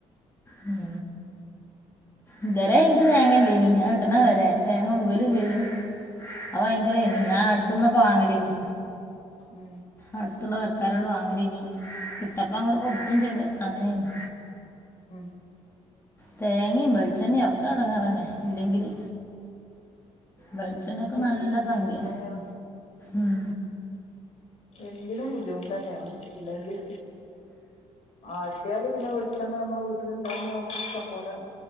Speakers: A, on the left; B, on the left.
A: ഉം ഇതുരെ എനിക്ക് തേങ്ങല്ലേനീ ഇട്ടണ വരെ തേങ്ങ മുകലില്ലേ ആഹ് ഭയങ്കര ഇനി ഞാൻ അടുത്തന്നൊക്കെ വാങ്ങലേ ഇനി
B: ഉം
A: അടുത്തുള്ളവർക്കാരോട് വാങ്ങാലെനി ഇട്ടപ്പ അങ്ങോട്ട കൊടുത്തും
B: ഉം
A: ചെയ്ത് അങ്ങനെനി
B: ഉം
A: തേങ്ങയും വെളിച്ചെണ്ണിയും ഒക്കെ അടങ്ങാറന്നെ ഇല്ലെങ്കില് വെളിച്ചെണ്ണക്ക്
B: ഇല്ലെങ്കി
A: നല്ല
B: എന്തിനും ബുദ്ധിമുട്ട്
A: സംഖ്യ
B: തന്നെയാണ്
A: ഉം
B: എന്തിനും ബുദ്ധിമുട്ട് തന്നെയാണ് ഇല്ലെങ്കിൽ ആട്ടിയാല് പിന്നെ വെളിച്ചെണ്ണ നമ്മെ വീട്ടില ഇഷ്ടം പോലെ